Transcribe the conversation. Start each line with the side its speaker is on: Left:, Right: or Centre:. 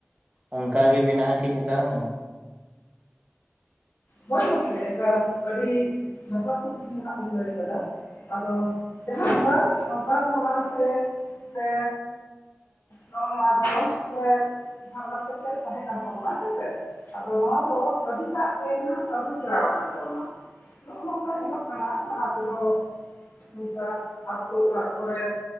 Right: ᱚᱱᱠᱟ ᱜᱮ ᱢᱮᱱᱟᱜᱼᱟ ᱠᱤ ᱱᱮᱛᱟᱨ ᱦᱚᱸ
Left: ᱦᱳᱭ ᱜᱚᱝᱠᱮ ᱮᱠᱟᱞ ᱟᱹᱰᱤ ᱱᱟᱯᱟᱭ ᱠᱩᱞᱤ ᱜᱮ ᱦᱟᱸᱜ ᱵᱤᱱ ᱞᱟᱹᱭ ᱟᱠᱟᱫᱟ᱾ ᱟᱫᱚ ᱡᱟᱦᱟᱸᱠᱟ ᱥᱟᱶᱛ ᱠᱚᱛᱮ ᱥᱮᱼᱼ ᱱᱚᱜ ᱱᱟ ᱜᱷᱟᱸᱨᱚᱡᱽ ᱠᱚᱨᱮ, ᱥᱟᱶᱛᱟ ᱥᱮᱪᱮᱫ ᱛᱟᱦᱮᱸ ᱠᱟᱱ ᱛᱟᱵᱚᱱᱟ ᱦᱮᱸᱥᱮ ᱟᱫᱚ ᱱᱚᱣᱟ ᱫᱚ ᱟᱹᱰᱤᱴᱟᱜ ᱜᱮ ᱱᱟᱦᱟᱜᱼᱼ ᱟᱹᱨᱩ ᱯᱷᱮᱨᱟᱣ ᱠᱟᱱ ᱛᱟᱵᱚᱱᱟ ᱱᱚᱜᱼᱚ ᱱᱚᱝᱠᱟ ᱧᱮᱞᱚᱜ ᱠᱟᱱᱟ ᱞᱟᱦᱟ ᱛᱮᱫᱚᱼᱼ ᱴᱩᱠ ᱴᱟᱜᱽ ᱟᱹᱛᱩ ᱚᱲᱟᱜ ᱠᱚᱨᱮ